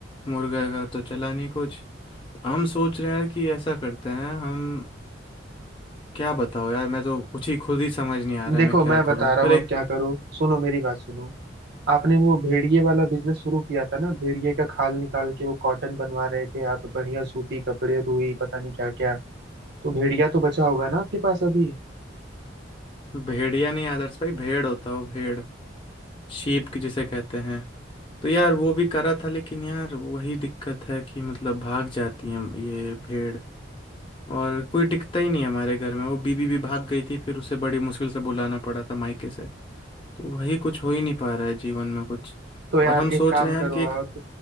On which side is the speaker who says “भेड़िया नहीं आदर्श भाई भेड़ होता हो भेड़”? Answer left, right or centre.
Left